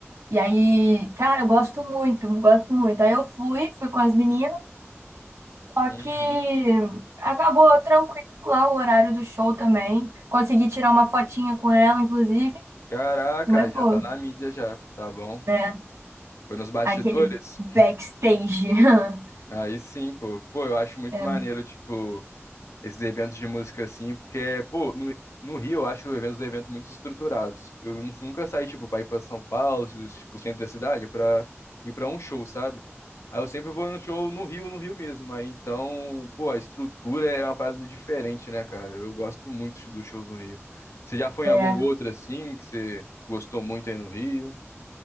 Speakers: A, on the right; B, on the left.
A: E aí, cara, eu gosto muito, gosto muito. Aí eu fui, fui com as meninas, só
B: Uhum.
A: que acabou tranquilo lá o horário do show também. Consegui tirar uma fotinha com ela, inclusive.
B: Caraca,
A: Mas,
B: já
A: pô,
B: tá na mídia já, tá bom?
A: né?
B: Foi nos bastidores?
A: Aquele backstage. <laughs>
B: Aí sim, pô. Pô, eu acho muito
A: É
B: maneiro, tipo. esses eventos de música assim, porque, pô, no, no Rio eu acho os eventos, os eventos muito estruturados. Eu nu- nunca saí, tipo, pra ir pra São Paulo, esses, tipo, centro da cidade, pra ir pra um show, sabe? Aí eu sempre vou no show no Rio, no Rio mesmo. Aí então, pô, a estrutura é uma parada diferente, né, cara? Eu gosto muito dos shows no Rio. Você já foi
A: É,
B: em algum outro assim, que você gostou muito aí no Rio?